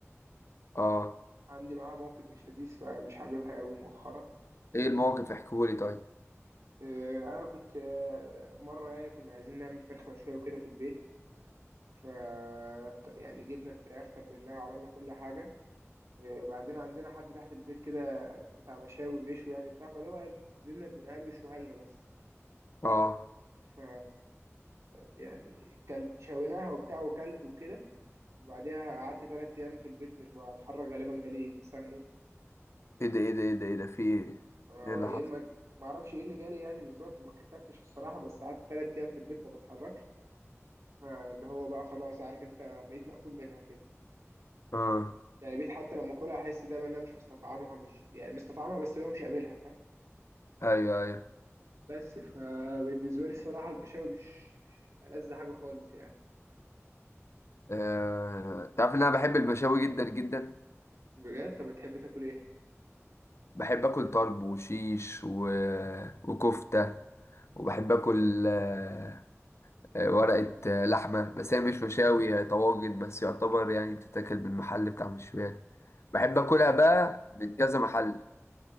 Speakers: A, on the left; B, on the right.
A: اه
B: عندي معاها موقف مش لذيذ فمش حاببها قوي مؤخرا
A: ايه الموقف احكولي طيب
B: آه، انا كنت آه، مره يعني كنا عايزين نعمل فرخه مشويه وكده في البيت ف ط- يعني جبنا الفراخ تبلناها وعملنا كل حاجه آه، بعدين عندنا حد تحت البيت كده بتاع مشاوي بيشوي يعني بتاع فاللي هو نزلنا اديناها له يشويها لنا بس
A: اه
B: ف يعني كلت شويناها وبتاع وكلت وكده وبعديها قعدت ثلاث ايام في البيت مش بتحرك غالبا جالي تسمم
A: ايه ده ايه ده ايه ده ايه ده في ايه
B: آه،
A: ايه اللي
B: يا
A: حصل
B: اما ما اعرفش ايه اللي جالي يعني بالظبط ما كتبتش الصراحه بس قعدت ثلاث ايام في البيت ما بتحركش فاللي هو بقى خلاص عارف انت بقيت مقفول منها كده
A: اه
B: يعني بقيت حتى لما اكلها احس دايما ان انا مش مستطعمها مش يعني مستطعمها بس اللي هو مش قابلها فاهم
A: ايوه ايوه
B: بس فبالنسبه لي الصراحه البشاوي مش مش ألذ حاجه خالص يعني
A: آه، تعرف ان انا بحب المشاوي جدا جدا
B: بجد طب بتحب تاكل ايه
A: بحب اكل طرب وشيش و... وكفته وبحب اكل آه، آه، ورقه آه، لحمه بس هي مش مشاوي هي طواجن بس يعتبر يعني بتتاكل من محل بتاع مشويات بحب
B: مم.
A: اكلها بقى من كذا محل